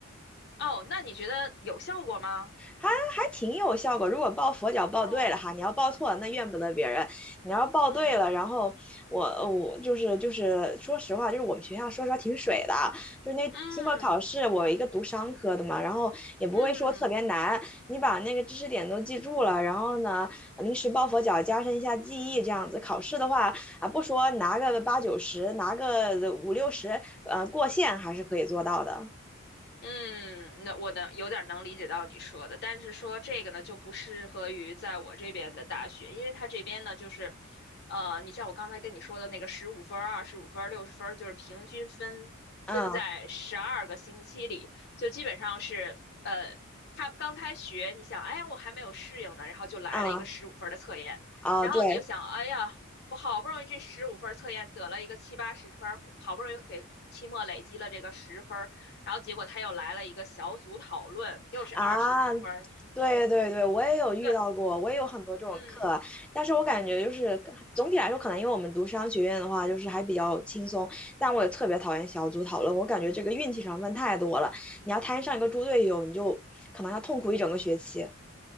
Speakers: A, on the left; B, in the centre.
A: 哦，那你觉得有效果吗？
B: 还还挺有效果。如果抱佛脚抱对了哈，
A: 嗯
B: 你要抱错了那怨不得别人。你要抱对了，
A: 嗯
B: 然后我我就是就是说实话，就是我们学校说实话挺水的，就是那期末考试，
A: 嗯
B: 我一个读商科的嘛，然后也不会说特别难，
A: 嗯。
B: 你把那个知识点都记住了，然后呢临时抱佛脚，加深一下记忆，这样子考试的话啊，不说拿个八九十，拿个五六十，呃，过线还是可以做到的。
A: 嗯，那我能有点儿能理解到你说的，但是说这个呢，就不适合于在我这边的大学，因为它这边呢，就是，呃，你像我刚才跟你说的那个十五分儿、二十五分儿、六十分儿，就是平均分分在十二个星期里，
B: 嗯
A: 就基本上是，呃，他刚开学，你想，哎呀，我还没有适应呢，然后就来了一个十五分儿的测验，
B: 嗯啊，
A: 然后你就想，
B: 对。
A: 哎呀，我好不容易这十五分儿测验得了一个七八十分儿，好不容易给期末累积了这个十分。然后结果他又来了一个小组讨论，又是二十五分儿。
B: 啊，对对对，
A: 嗯，
B: 我也有遇到过，
A: 对，
B: 我也有很多这种课，
A: 嗯，
B: 但是我感觉就是总体来说，可能因为我们读商学院的话，就是还比较轻松，但我也特别讨厌小组讨论，我感觉这个运气成分太多了，你要摊上一个猪队友，你就可能要痛苦一整个学期